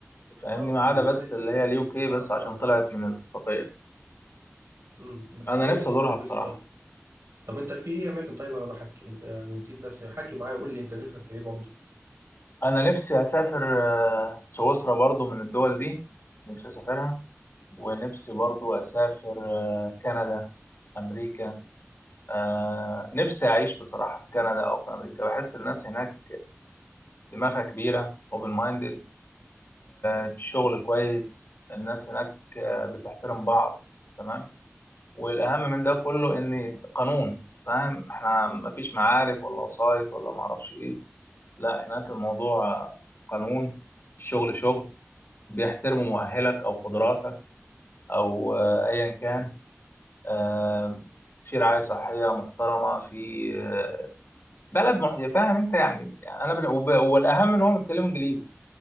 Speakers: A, on the left (about 55°); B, on the right (about 85°).
A: فاهمني
B: اه
A: ما عدا
B: والاورينت
A: بس اللي
B: اكسبريس
A: هي اليو كي
B: الصراحة
A: بس عشان
B: تحفة
A: طلعت من الاتفاقيه
B: امم بس
A: انا
B: الاورينت
A: نفسي ازورها
B: اكسبريس
A: بصراحه
B: تحفة طب انت في ايه اماكن طيب انا ما حكيت انا نسيت نفسي حكي معايا قول لي انت نفسك في ايه برضه
A: انا نفسي اسافر آه، سويسرا برضو من الدول دي نفسي اسافرها ونفسي برضو اسافر آه، كندا امريكا آه، نفسي اعيش بصراحة في كندا او في امريكا بحس الناس هناك دماغها كبيرة اوبن مايندد الشغل كويس الناس هناك آه، بتحترم بعض تمام والاهم من ده كله ان قانون فاهم احنا مفيش معارف ولا وسايط ولا معرفش ايه لا هناك الموضوع آه، قانون الشغل شغل بيحترموا مؤهلك او قدراتك او آه، ايا كان آه، في رعايه صحيه محترمه في آه، بلد مح- فاهم انت يعني انا بن- وب- والاهم ان هم بيتكلموا انجليزي